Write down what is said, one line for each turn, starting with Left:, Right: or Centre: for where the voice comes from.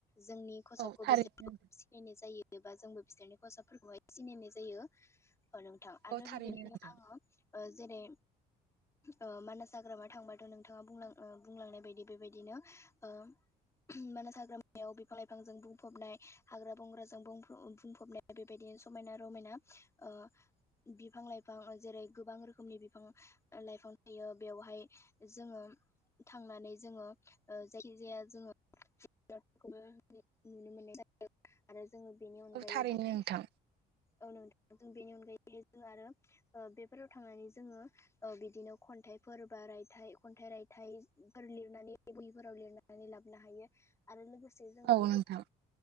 Left: जोंनि खसाबखौ
Right: औ थारैनो
Left: बिसोर सिनायनाय जायो <unintelligible> बा जोंबो बिसोरनि खसाबफोरखौहाय सिनायनाय जायो ओ नोंथां आरो
Right: औ थारैनो
Left: बेबायदिनो
Right: नोंथां
Left: आङो ओ जेरै ओ मानास हाग्रामा थांबाथ' नोंथाङा बुं बुंलांनाय बायदि बेबायदिनो ओ मानास हाग्रामायाव बिफां लाइफांजों बुंफबनाय हाग्रा बंग्रााज जों बुंफो बुंफबनाय बेबायदिनो समायना रमायना ओ बिफां लाइफां जेरै गोबां रोखोमनि बिफां लाइफां थायो बेवहाय जोङो थांनानै जोङो ओ जायखि जाया जोङो <unintelligible> नुनो मोन <unintelligible> जोङो बेनि अनगायैहाय
Right: औ थारैनो नोंथां
Left: औ नोंथां जों बेनि अनगायैहाय जों आरो ओ बेफोराव थांनानै जोङो ओ बिदिनो खन्थाइफोर बा रायथाइ खन्थाइ रायथाइफोर लिरनानै बोहिफोराव लिरनानै नानै लाबोनो हायो आरो लोगोसे जोङो
Right: औ नोंथां